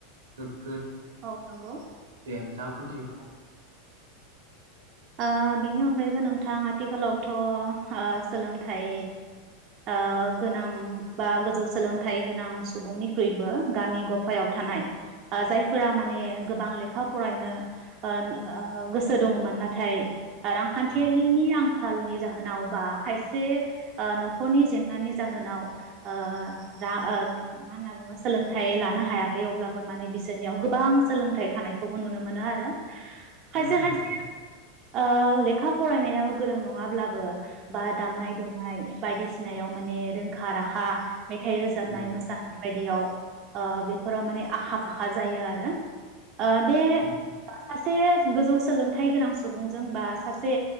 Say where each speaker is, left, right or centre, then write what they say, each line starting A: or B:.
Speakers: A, on the right (about 90°); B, on the right (about 45°).
A: गो
B: औ नंगौ
A: बेन्था कन्टिनिउ खालाम
B: ओ बेनि अनगायैबो नों थां आथिखालावथ' ओ सोलोंथाइ ओ गोनां बा गोजौ सोलोंथाइ गोनां सुबुंनिख्रुइबो गामि गफायाव थानाय ओ जायफोरा माने गोबां लेखा फरायनो ओ ओ गोसो दङमोन ना थाय रांखान्थियारिनि
A: उम
B: आंखालनि जाहोनाव बा खायसे ओ न'खरनि जेंनानि जाहोनाव ओ दा ओ मा होनना बुङो सोलोंथाइ लानो हायाखै अब्लाबो माने बिसोरनियाव गोबां सोलोंथाइ थानायखौबो नुनो मोनो आरो खायसे
A: उम उम
B: खायसे
A: उम
B: ओ लेखा फरायनायाव गोरों नङाब्लाबो बा दामनाय देनाय बायदिसिनायाव माने रोंखा राखा मेथाइ रोजाबनाय
A: उम
B: मोसानाय बायदियाव ओ बेफोराव माने आखा फाखा जायो आरो ओ बे
A: उम
B: <unintelligible> से गोजौ सोलों थाइ गोनां सुबुंजों बा सासे